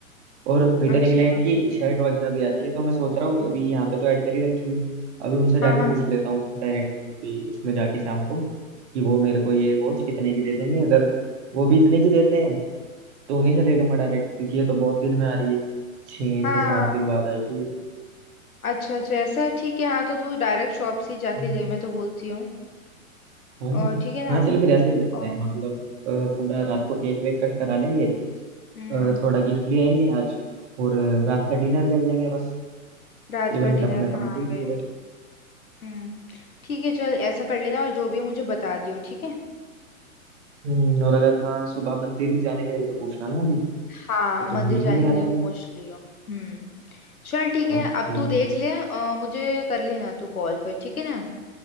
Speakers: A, on the right; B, on the left.
A: और पीटर
B: अच्छा
A: इंग्लैंड की शर्ट वगैरह भी आती है तो मैं सोच रहा हूँ अभी यहाँ पे तो ऐड कर ही रखी है अभी उनसे जाके
B: हाँ हाँ
A: पूछ
B: हाँ
A: लेता हूँ डायरेक्ट अभी उसमें जाके शाम को कि वो मेरे को ये वॉच कितने की दे देंगे अगर वो भी इतने की देते हैं तो उन्हीं से ले लूंगा डायरेक्ट क्योंकि ये तो बहुत दिन में आ रही है छः
B: हाँ
A: से सात
B: हाँ
A: दिन बाद आएगी ये तो
B: अच्छा अच्छा ऐसा है ठीक है हाँ तो तू डायरेक्ट शॉप से ही जाके
A: हम्म,
B: ले मैं तो बोलती हूँ
A: है
B: और
A: ना
B: ठीक है ना
A: हाँ चलो फिर ऐसे ही करते
B: और
A: हैं मतलब अ, थोड़ा रात को केक वेक कट करा लेंगे
B: हम्म
A: अ, थोड़ा गिफ्ट ले आएंगे आज और अ, रात का डिनर कर लेंगे बस
B: रात
A: इवेंट
B: का डिनर
A: अपना कंप्लीट
B: हाँ वे
A: पूरा
B: हम्म ठीक है चल ऐसा कर लेना और जो भी हो मुझे बता दियो ठीक है
A: हम्म, और अगर हाँ सुबह मंदिर जाने के लिए भी तो पूछना ना अभी
B: हाँ
A: वो
B: मंदिर
A: तो भूल
B: जाने
A: ही गया
B: के लिए
A: था मैं
B: पूछ लियो हम्म चल ठीक है
A: Okay
B: अब तू देख ले अ, मुझे कर लेना तू कॉल पे ठीक है ना